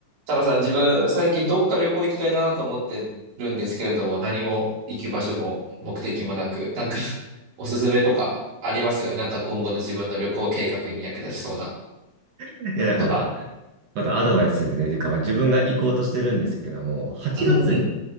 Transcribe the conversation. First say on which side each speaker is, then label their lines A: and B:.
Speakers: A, on the right; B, on the right.
A: タカさん、自分、最近どっか旅行行きたいなと思ってるんですけれども、何も行く場所も目的もなく、なんか <laughs> おすすめとかありますなんか今後の自分の旅行計画に役立ちそうな
B: いや、だから、
A: とか。
B: またアドバイスというか、まあ、自分が行こうとしてるんですけども、8月に
A: うんうん。